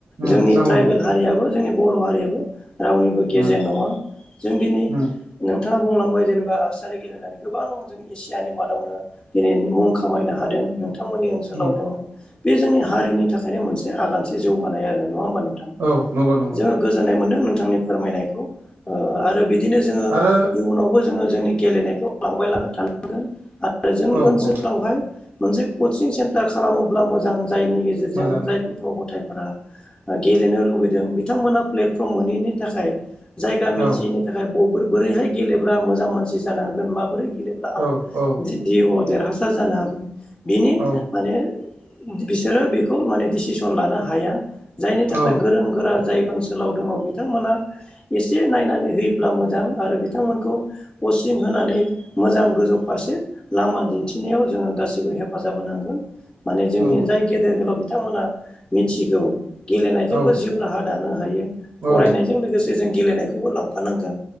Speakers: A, on the right (about 65°); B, on the left (about 20°).
A: उम
B: जोंनि
A: नंगौ
B: ट्राइबेल
A: नंगौ
B: हारियाबो जोंनि बर' हारियाबो रावनिबो गेजेर
A: उम
B: नङा जों दिनै नों
A: उम
B: नोंथाङा बुंलांबाय जेनेबा आर्सारि गेलेनानै गोबां जों एसियानि मादावनो दिनै मुं खामायनो हादों नोंथांमोननि ओनसोलाव
A: उम
B: दोङो बे जोंनि हारिनि थाखायनो मोनसे आगानसे जौगानाय आरो नङा होमबा नोंथां
A: औ नंगौ नंगौ
B: जोङो गोजोननाय मोनदों नोंथांनि फोरमायनायखौ आरो बिदिनो जोङो
A: आरो
B: इयुनावबो जोङो जोंनि गेलेनायखौ लांबाय थानांगोन आरो जोंनि
A: औ
B: ओनसोलावहाय
A: औ
B: मोनसे कचिं सेन्टार खालामोब्ला मोजां जायनि गेजेरजों
A: मोजां
B: जाय गथ' गथाय गेलेनो लुगैदों बिथांमोना प्लेटफर्म मोनैनि थाखाय जायगा मिथियैनि
A: औ
B: थाखाय ब बोरैहाय गेलेब्रा मोजां मानसि जानो हागोन माबोरै गेलेब्ला आं
A: औ औ
B: जिउआव देरहासार जानो हागोन बिनि
A: औ
B: माने बिसोरो बेखौ माने डिसिसन लानो हाया जायनि थाखाय
A: औ
B: गोरों गोरा जाय ओनसोलाव दङ बिथांमोना एसे नायनानै होयोब्ला मोजां आरो बिथांमोन खौ कचिं होनानै मोजां गोजौ फारसे लामा दिन्थिनायाव जोङो गासैबो हेफाजाब होनांगोन माने जोंनि
A: नंगौ
B: जाय गेदेर गोलाव बिथांमोना मिथिगौ गेलेनायजोंबो
A: औ
B: जिउ राहा दानो हायो
A: औ
B: फरायनायजों लोगोसे जों गेलेनायखौबो लांफानांगोन